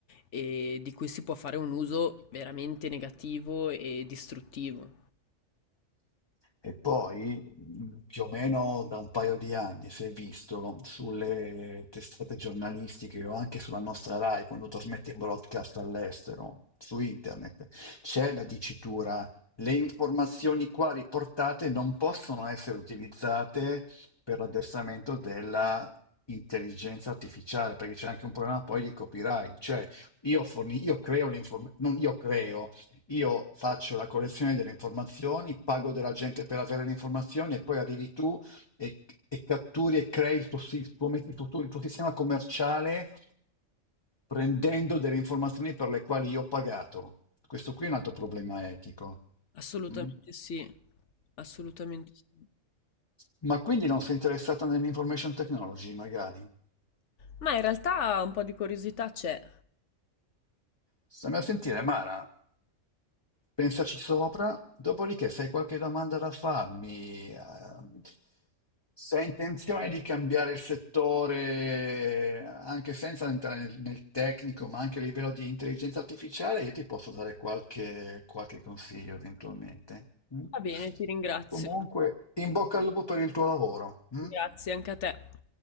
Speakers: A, on the left (about 65°); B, on the left (about 20°).
A: ehm, di cui si può fare un uso veramente negativo e distruttivo.
B: E poi, mh, più o meno da un paio di anni, si è visto sulle testate giornalistiche o anche sulla nostra Rai, quando trasmette in broadcast all'estero, su internet, c'è la dicitura, le informazioni qua riportate non possono essere utilizzate per l'addestramento della intelligenza artificiale, perché c'è anche un problema poi di copyright, cioè io, forni- io creo l'informazione, non io creo, io faccio la collezione delle informazioni, pago della gente per avere le informazioni e poi arrivi tu e, e catturi e crei il tuo, si- il tuo met- il tuo- il tuo sistema commerciale prendendo delle informazioni per le quali io ho pagato. Questo qui è un altro problema etico.
A: Assolutamente
B: Mm?
A: sì, assolutamente sì.
B: Ma quindi non sei interessata nell'information technology, magari?
A: Ma in realtà un po' di curiosità c'è.
B: Stammi a sentire, Mara, pensaci sopra, dopodiché se hai qualche domanda da farmi, ehm, se hai intenzione di cambiare il settore, anche senza entrare nel, nel tecnico, ma anche a livello di intelligenza artificiale, io ti posso dare qualche, qualche consiglio eventualmente. mm?
A: Va bene, ti ringrazio.
B: Comunque, in bocca al lupo per il tuo lavoro. mm?
A: Grazie anche a te.